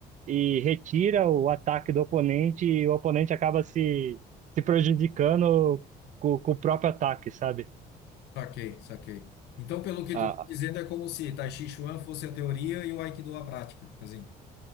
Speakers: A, on the right; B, on the left.
A: e retira o ataque do oponente e o oponente acaba se, se prejudicando com, com o próprio ataque, sabe?
B: saquei, saquei. Então, pelo que
A: Ah,
B: tu tá dizendo, é como se Tai Chi Chuan fosse a teoria e o Aikido a prática, assim.